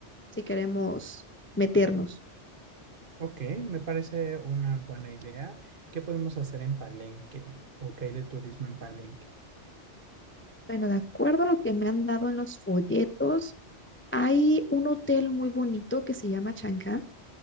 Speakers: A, on the left; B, on the right.
A: si queremos meternos.
B: Ok, me parece una buena idea. ¿Qué podemos hacer en Palenque? ¿O qué hay de turismo en Palenque?
A: Bueno, de acuerdo a lo que me han dado en los folletos, hay un hotel muy bonito que se llama Chang'an.